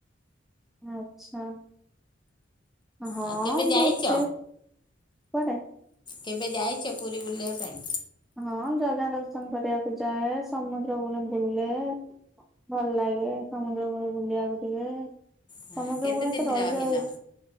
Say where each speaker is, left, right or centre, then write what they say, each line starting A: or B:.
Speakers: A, in the centre; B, on the left.
A: ଆଚ୍ଛା ହଁ
B: ଆଉ କେବେ ଯାଇଛ
A: ବସେ। କଣ
B: କେବେ ଯାଇଚ ପୁରୀ ବୁଲିବା ପାଇଁ?
A: ହଁ ଜଗା ଦର୍ଶନ କରିବାକୁ ଯାଏ ସମୁଦ୍ର କୂଳ ବୁଲେ। ଭଲ ଲାଗେ ସମୁଦ୍ର ଭୂମି ବୁଲିବାକୁ ଟିକେ।
B: ହଁ
A: ସମୁଦ୍ର
B: କେତେ
A: କୂଳ
B: ଦିନ
A: ତ ବହିଯାଉଛି
B: ରହିଲ